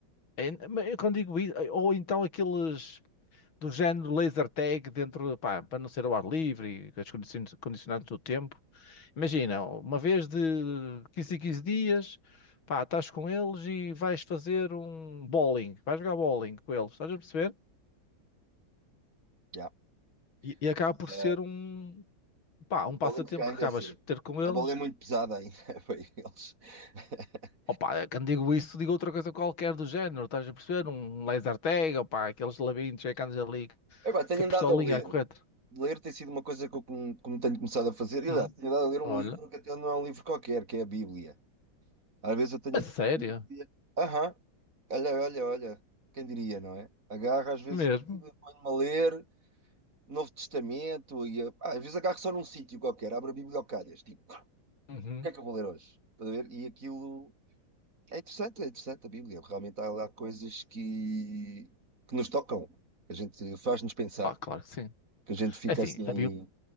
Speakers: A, on the left (about 85°); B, on the right (about 40°).
A: é, mas eu quando digo isso, ou então aqueles do género laser tag dentro, pá, para não ser ao ar livre, e com as condicionantes condicionantes do tempo. Imagina, uma vez de 15 em 15 dias, pá, estás com eles e vais fazer um bowling, vais jogar bowling com eles, estás a perceber?
B: já.
A: E, e acaba
B: Eh,
A: por ser um, pá, um passatempo
B: bowling se calhar
A: que
B: ainda
A: acabas
B: é cedo.
A: por ter com eles.
B: A bola é muito pesada ainda <laughs> para eles. <laughs>
A: Opa, quando digo isso, digo outra coisa qualquer do género, estás a perceber? Um laser tag, opá, aqueles labirintos é que andas ali,
B: Epá, tenho
A: com a pistolinha
B: andado a ler.
A: é correto.
B: ler tem sido uma coisa que eu como, como tenho começado a fazer. E
A: Hum,
B: aliás, tenho dado a ler um
A: olha,
B: livro que até não é um livro qualquer, que é a Bíblia. Às vezes eu tenho
A: a sério,
B: aqui a Bíblia. Aham, olha, olha, olha. Quem diria, não é? Agarro às vezes
A: mesmo.
B: a Bíblia, ponho-me a ler Novo Testamento e ah, às vezes agarro só num sítio qualquer, abro a Bíblia ao calhas. Tipo, o
A: Uhum.
B: que é que eu vou ler hoje? Estás a ver? E aquilo é interessante, é interessante a Bíblia. Realmente há lá coisas que, que nos tocam, que a gente faz-nos pensar,
A: Ah, claro que sim.
B: que a gente fica
A: É assim,
B: assim
A: havia,